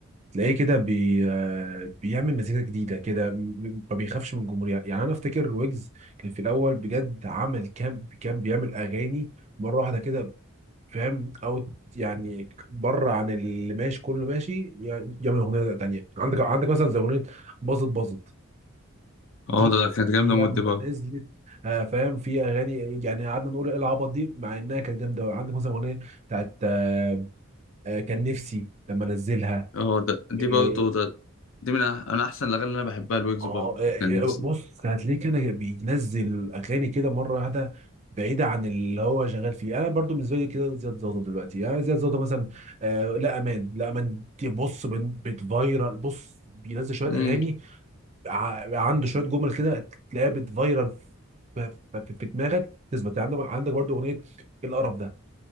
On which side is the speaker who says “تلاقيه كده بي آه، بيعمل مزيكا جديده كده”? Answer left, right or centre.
Right